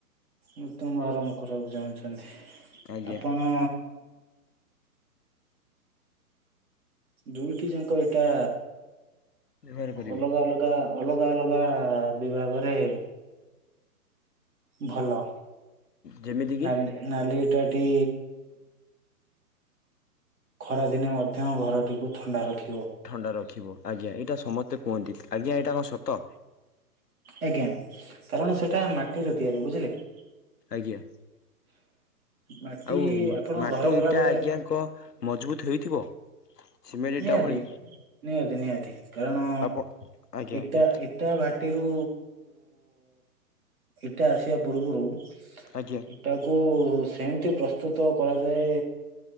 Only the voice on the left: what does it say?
ଆଜ୍ଞା।
ବ୍ୟବହାର କରିବୁ
ଯେମିତି କିି
ଥଣ୍ଡା ରଖିବ ଆଜ୍ଞା ଏଇଟା ସମସ୍ତେ କୁହନ୍ତି, ଆଜ୍ଞା ଏଇଟା କଣ ସତ?
ଆଜ୍ଞା,
ଆଉ
ମାଟି
ଇଟା
ଆଜ୍ଞା କ ମଜବୁତ ହେଇଥିବ? ସିମେଣ୍ଟ ଇଟା
ଭଳି
ଆପଣ ଆଜ୍ଞା
ଆଜ୍ଞା
ଆଜ୍ଞା